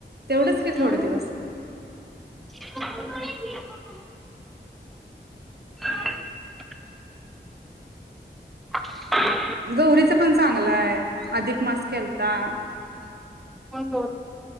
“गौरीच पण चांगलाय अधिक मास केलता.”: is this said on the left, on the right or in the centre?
Right